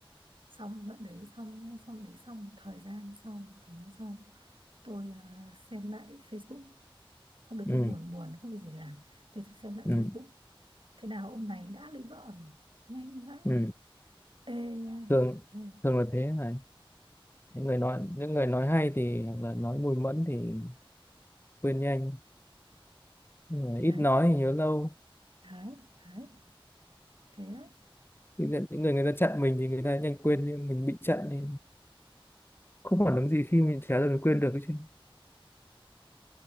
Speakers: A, on the right; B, on the left.
A: xong đoạn đấy xong nhá, xong đấy xong một thời gian sau một thời gian sau tôi à, xem lại Facebook hôm đấy
B: ừ
A: tôi buồn buồn không được gì làm thế tôi xem lại
B: ừ
A: Facebook thế nào ông này đã lấy vợ rồi nhanh vãi
B: ừ
A: ê nha
B: thường
A: ê.
B: thường là thế mà những người nói những người nói hay thì hoặc là nói mùi mẫn thì quên nhanh Nhưng mà ít
A: đấy
B: nói thì nhớ lâu
A: đấy đấy thế đấy
B: những người, những người người ta chặn mình thì người ta nhanh quên nhưng mình bị chặn thì không phản ứng gì khi mình trả lời mình quên được cái chuyện